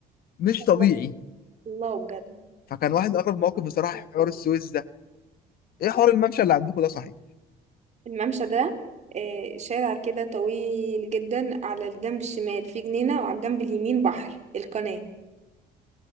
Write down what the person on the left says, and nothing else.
مش
طبيعي
فكان واحد من اغرب المواقف بصراحه حوار السويس ده ايه حوار الممشى اللي عندكم ده صحيح